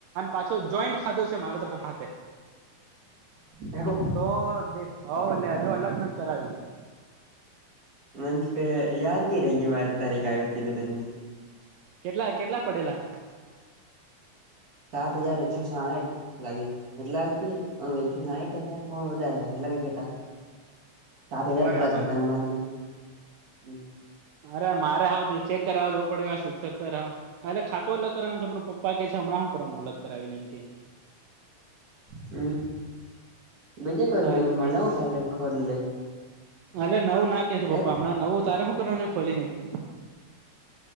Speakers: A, on the right; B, on the right.
A: પાછો જોઈન્ટ ખાતોું છે મારે તો પપ્પા
B: એો
A: તો દે ભલે હજુ અલગ નથી કરાયું
B: મંતપેયાદીી ર ગ મારો તારીખ આવીતે દ નની
A: કેટલા કેટલા પડેલા
B: સાત હજાર એકસો સાહઠ લાગે મતલબ કે એકસો સાહીઠ હતા હ બધા હતા એટલા કકતા સાત હજાર
A: બરાબર
B: પ્લસ હતા એમ મા હમ
A: અરે મારે હ ચેક કરાવવા જવું પડે સુસર તો હ એટલે ખાું અલગ કરવાનું છે આપડ પપ્પા કે છે હમણા શું કરવાનું અલગાવી ને એમ કે
B: હમ બીજે
A: તારા
B: બેંકમાં
A: પૈસા
B: નવ ખા ખોલ લે
A: અરે નવું ના કે છે
B: હે
A: પપ્પા હમણાં નવું તારે શું કરવાનું છે ખોલીને એમ કે